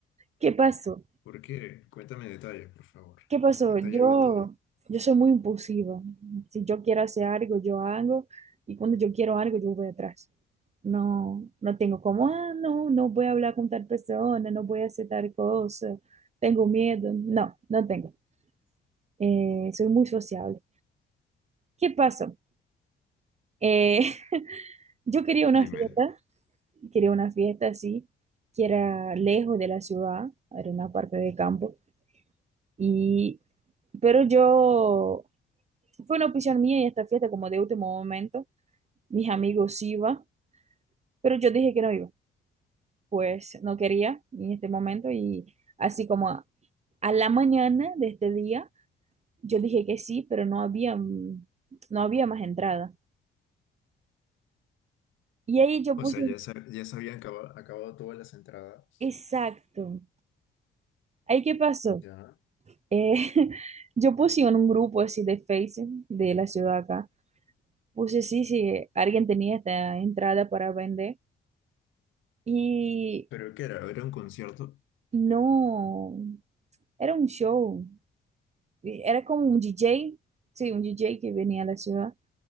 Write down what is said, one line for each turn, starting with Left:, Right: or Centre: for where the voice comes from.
Right: ¿Qué pasó?
Left: ¿Por qué? Cuéntame detalles, por favor.
Right: ¿Qué pasó?
Left: Detállame
Right: Yo,
Left: todo.
Right: yo soy muy impulsiva. Si yo quiero hacer algo, yo hago. Y cuando yo quiero algo, yo voy atrás. No, no tengo como, ah, no, no voy a hablar con tal persona, no voy a hacer tal cosa, tengo miedo. No, no tengo. Eh, soy muy sociable. ¿Qué pasó? Eh, <laughs> yo quería una
Left: Dime.
Right: fiesta quería una fiesta así, que era lejos de la ciudad, era una parte de campo, y, pero yo, fue una opción mía y esta fiesta como de último momento, mis amigos iban, pero yo dije que no iba, pues no quería en este momento y así como a, a la mañana de este día, yo dije que sí, pero no había, mm, no había más entrada. Y ahí yo
Left: O
Right: puse,
Left: sea, ya, se- ya se habían acaba- acabado todas las entradas,
Right: exacto. ¿Ahí qué pasó?
Left: ¿ya?
Right: Eh, <laughs> yo puse en un grupo así de Facebook de la ciudad acá, puse sí, si alguien tenía esta entrada para vender y
Left: ¿Pero qué era? ¿Era un concierto?
Right: no, era un show, era como un DJ, sí, un DJ que venía a la ciudad